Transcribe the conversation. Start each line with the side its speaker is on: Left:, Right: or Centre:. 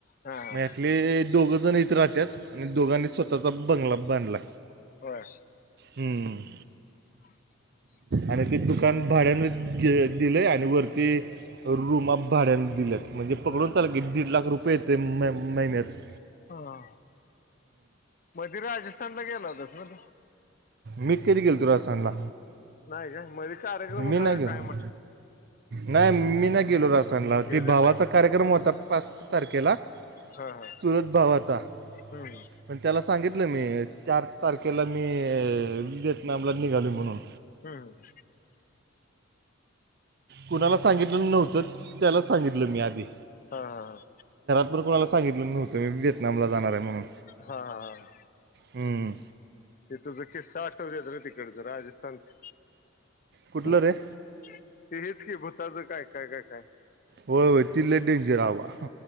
Left: हा हा
Right: मग यातले दोघ जण इथे राहत्यात. णि दोघांनी स्वतःचा बंगला बांधला.
Left: हो.
Right: हम्म.
Left: <unintelligible>
Right: आणि ते दुकान भाड्यान दिले, आणि वरती रूमा भाड्यान दिल्यात. म्हणजे पकडून
Left: हा
Right: चाल, की दीड लाख रुपये येत महिन्याच.
Left: हा मध्ये राजस्थानला गेला, होतास म
Right: मी कधी गेल तु राजसांनला.
Left: नाही का मधी कार्यक्रम होता
Right: मी नाही
Left: का
Right: गेलो
Left: काय म्हट
Right: नाही, मी नाही गेलो रा
Left: गेलेला
Right: ती भावाचा
Left: नाही
Right: कार्यक्रम होता पाच तारखेला.
Left: हा हा
Right: चुरत भावाचा
Left: हम्म
Right: पण त्याला सांगित. घलं मी चार तारखेला मी, वतनामला निघाल म्हणून.
Left: हम्म
Right: कुणाला सांगितलं नव्हतं, त्याला सांगितलं मी आधी.
Left: हा हा हा.
Right: कोणाला सांगितलं नव्हं, मी व्हएटनामला जाणार आहे म्हणून.
Left: हा हा हा.
Right: हम्म.
Left: तिथ ज किस्सा आठव दात ना तिकडच राजस्थानच.
Right: कुठलं
Left: ते
Right: रे
Left: हेच हेि भूताच काय, काय, काय, काय.
Right: हो हो ती लै डेंजर आवा.